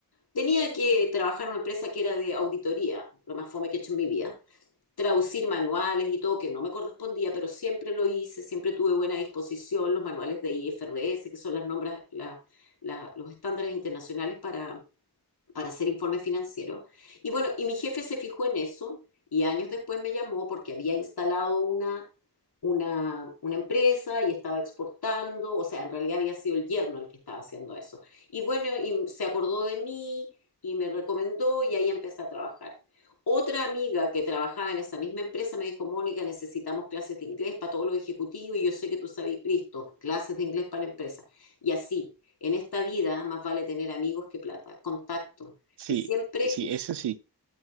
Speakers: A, on the left; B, on the right.
A: tenía que trabajar en una empresa que era de auditoría, lo más fome que he hecho en mi vida traducir manuales y todo, que no me correspondía, pero siempre lo hice, siempre tuve buena disposición, los manuales de IFRS, que son las nombras, la- la- los estándares internacionales para, para hacer informe financiero. Y bueno, y mi jefe se fijó en eso y años después me llamó porque había instalado una, una, una empresa y estaba exportando, o sea, en realidad había sido el yerno el que estaba haciendo eso. Y bueno, y se acordó de mí y me recomendó y ahí empecé a trabajar. Otra amiga que trabajaba en esa misma empresa me dijo, Mónica, necesitamos clases de inglés para todos los ejecutivos y yo sé que tú sabes, listo, clases de inglés para la empresa. Y así, en esta vida más vale tener amigos que plata, contacto.
B: Sí,
A: Y siempre,
B: sí,
A: y,
B: eso sí,